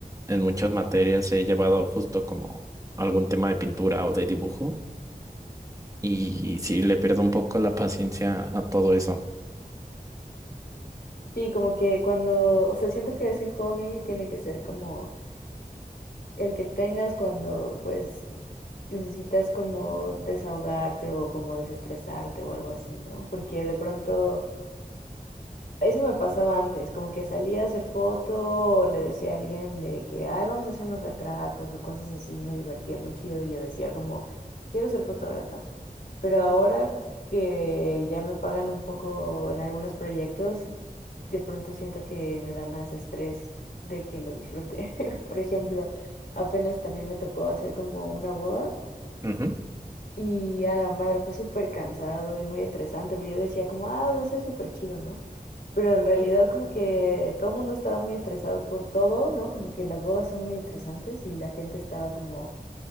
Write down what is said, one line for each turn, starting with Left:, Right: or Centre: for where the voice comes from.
Right: en muchas materias he llevado justo como algún tema de pintura o de dibujo y sí le pierdo un poco la paciencia a todo eso.
Left: Sí, como que cuando, o sea, siento que ese hobby tiene que ser como el que tengas cuando pues necesitas como desahogarte o como desestresarte o algo así, ¿no? Porque de pronto... Eso me pasaba antes, como que salía a hacer foto o le decía a alguien de que, ay, vamos a hacer unos retratos o cosas así, me divertía muy chido y yo decía como, quiero ser fotógrafa. Pero ahora que ya me pagan un poco en algunos proyectos, de pronto siento que me da más estrés de que lo disfrute. <laughs> Por ejemplo, apenas también me tocó hacer como una boda.
Right: Ujú.
Left: Y a la madre fue súper cansado y muy estresante, pero yo decía como, ah, va a ser súper chido, ¿no? Pero en realidad como que todo el mundo estaba muy estresado por todo, ¿no? Como que las bodas son muy estresantes y la gente estaba como,